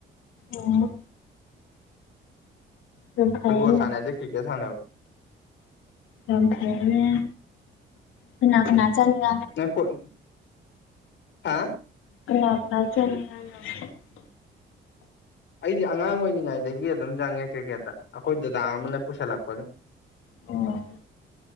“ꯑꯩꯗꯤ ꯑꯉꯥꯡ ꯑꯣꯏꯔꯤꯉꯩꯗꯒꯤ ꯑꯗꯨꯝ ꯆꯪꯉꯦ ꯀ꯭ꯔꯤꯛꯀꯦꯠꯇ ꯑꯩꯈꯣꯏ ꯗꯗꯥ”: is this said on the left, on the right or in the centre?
Left